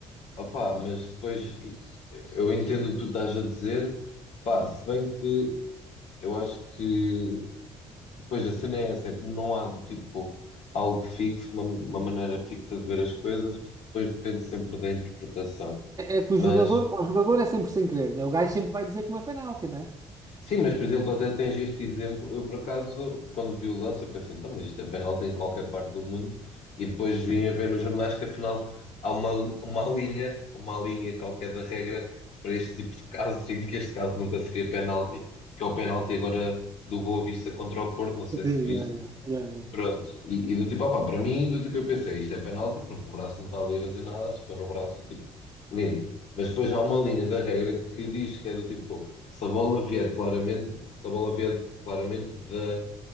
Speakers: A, on the left; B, on the right.
A: opá, mas depois e- eu entendo o que tu estás a dizer, pá, se bem que eu acho que depois a cena é essa, é como não há do tipo algo fixo, uma, uma maneira fixa de ver as coisas, depois depende sempre da interpretação.
B: É é é que o
A: Mas
B: jogador, pá, o jogador é sempre sem querer, né? O gajo sempre vai dizer que não é penalti, né?
A: Sim, mas por exemplo, até tens este exemplo. Eu, por acaso, quando vi o lance, eu pensei, então, mas isto é penalti em qualquer parte do mundo. E depois vim a ver nos jornais que afinal há uma, uma linha, uma linha qualquer da regra para este tipo de casos, e que este caso nunca seria penalti, que é o penalti agora do Boa Vista contra o Porto, não sei
B: Sim,
A: se viste,
B: yeah, yeah, yeah, yeah.
A: Pronto, e, e do tipo, opá, para mim, do tipo, eu pensei, isto é penalti, porque o braço não está ali a fazer nada, acertou no braço, tipo, limpo. Mas depois há uma linha da regra que diz que é do tipo, se a bola vier claramente, se a bola vier claramente de,